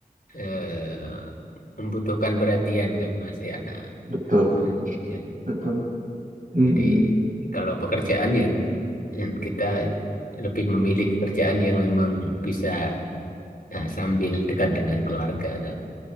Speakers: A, on the left; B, on the right.
A: Eh, membutuhkan perhatian kan masih anak
B: Betul,
A: masih kecil.
B: betul. Mm-mm.
A: Jadi kalau pekerjaan ya yang kita lebih memilih kerjaan yang memang bisa nah, sambil dekat dengan keluarga tuh.